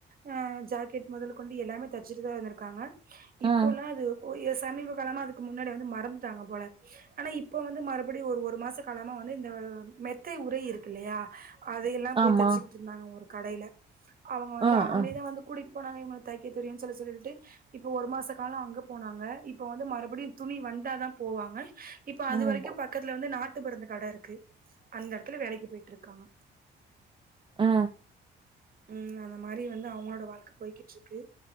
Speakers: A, on the right; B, on the right.
A: அ ஜாக்கெட் முதல் கொண்டு எல்லாமே தைச்சுட்டு தா வந்துருக்காங்க இப்போல்லா
B: ம்
A: அது சமீப காலமா அதுக்கு முன்னாடி வந்து மறந்துட்டாங்க போல ஆனா இப்ப வந்து மறுபடியு ஒரு ஒரு மாச காலமா வந்து இந்த மெத்தை உரை இருக்கு இல்லையா அதையெல்லா போய்
B: ஆமா
A: தச்சுக்கிட்டு இருந்தாங்க ஒரு கடையில அவங்க வந்து
B: ஆ
A: அவங்களேதா
B: ஆ
A: வந்து கூட்டிட்டு போனங்க இவங்களுக்கு தைக்க தெரியுனு சொல்லி சொல்லிட்டு இப்போ ஒரு மாச காலோ அங்க போனாங்க இப்போ வந்து மறுபடியு துணி வந்தாதா போவாங்க இப்ப அது
B: ம்
A: வரைக்கு பக்கத்துல வந்து நாட்டு மருந்து கட இருக்கு அந்த எடத்துல வேலைக்கு போய்ட்டு இருக்காங்க
B: ஆ
A: ம் அந்த மாரி வந்து அவங்களோட வாழ்க்கை போய்கிட்டு இருக்கு